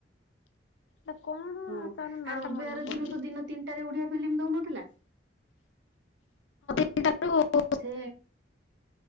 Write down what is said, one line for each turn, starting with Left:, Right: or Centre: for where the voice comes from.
Left: ତ କଣ?
Right: ହଁ
Left: ତାର ନାଁ
Right: ଆଉ ରବିବାର
Left: ଟା ମନେ
Right: ଦିନ
Left: ପଡୁନି
Right: ତ ଦିନ ତିନିଟାରେ ଓଡ଼ିଆ ଫିଲ୍ମ ଦଉନଥିଲା।
Left: ତାପରେ <inaudible>
Right: ସେ